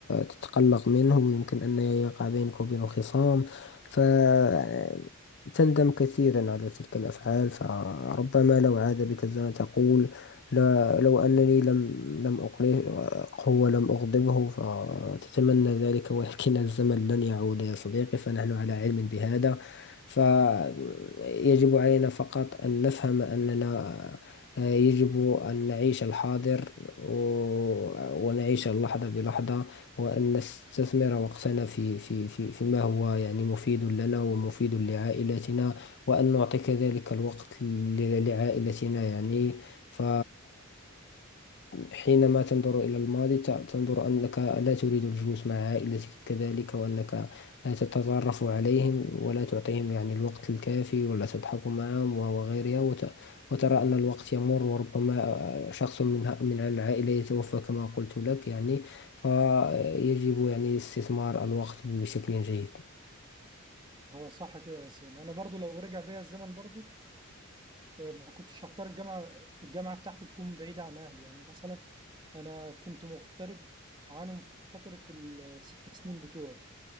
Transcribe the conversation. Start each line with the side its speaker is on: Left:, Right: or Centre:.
Left: تتقلق منه ويمكن أن يقع بينك وبينه خصام فتندم كثيرا على تلك الأفعال فربما لو عاد بك الزمن تقول لا لو أنني لم لم أقلقه ولم أغضبه فتتمنى ذلك ولكن الزمن لن يعود يا صديقي فنحن على علم بهذا فيجب علينا فقط أن نفهم أننا آه، يجب أن نعيش الحاضر و- ونعيش اللحظة بلحظة وأن نستثمر وقتنا في في في فيما هو يعني مفيد لنا ومفيد لعائلتنا وأن نعطي كذلك الوقت ل- لعائلتنا يعني ف حينما تنظر إلى الماضي ت- تنظر أنك لا تريد الجلوس مع عائلتك كذلك وأنك لا تتطرف عليهم ولا تعطيهم يعني الوقت الكافي ولا تضحك معهم و- وغيرها وت... وترى أن الوقت يمر وربما شخص من من العائلة يتوفى كما قلت لك يعني فيجب يعني استثمار الوقت بشكل جيد
Right: هو صح كده يا ياسين أنا برضه لو رجع بيا الزمن برضه آه، ما كنتش هختار الجامعة الجامعة بتاعتي تكون بعيدة عن أهلي يعني مثلا أنا كنت مغترب عنهم في فترة الست سنين بتوعي